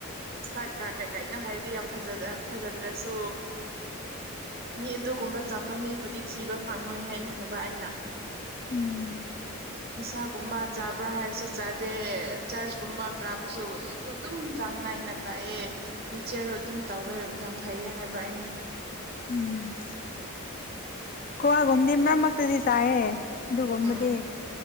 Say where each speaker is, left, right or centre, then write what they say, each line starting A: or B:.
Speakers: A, on the right; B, on the left.
A: ꯁꯛꯒ ꯀꯩ ꯀꯩꯅꯣ ꯍꯥꯏꯔꯗꯤ ꯌꯥꯝ ꯐꯖꯗ ꯐꯖꯗ꯭ꯔꯁꯨ ꯃꯤ ꯑꯗꯨꯒꯨꯝꯕ ꯆꯝꯕ ꯃꯤꯕꯨꯗꯤ ꯊꯤꯕ ꯐꯪꯉꯣꯏ ꯍꯥꯏꯅ ꯍꯥꯏꯕ ꯑꯩꯅ
B: ꯎꯝ
A: ꯅꯤꯁꯥꯒꯨꯝꯕ ꯆꯥꯕ꯭ꯔꯥ ꯍꯥꯏꯔꯁꯨ ꯆꯥꯗꯦ ꯆꯔꯆꯀꯨꯝꯕ ꯀꯥꯕꯁꯨ ꯅꯨꯡꯇꯨ ꯑꯗꯨꯝ ꯆꯥꯡ ꯅꯥꯏꯅ ꯀꯥꯏꯌꯦ ꯃꯤꯠꯆꯦꯔꯨ ꯑꯗꯨꯝ ꯇꯧꯋꯦ ꯌꯥꯝ ꯐꯩꯌꯦ ꯍꯥꯏꯕ ꯑꯩꯅ
B: ꯎꯝ ꯀ꯭ꯋꯤꯒꯨꯝꯗꯤ ꯃꯔꯛ ꯃꯔꯛꯇꯗꯤ ꯆꯥꯏꯑꯦ ꯑꯗꯨꯒꯨꯝꯕꯗꯤ
A: ꯎꯝ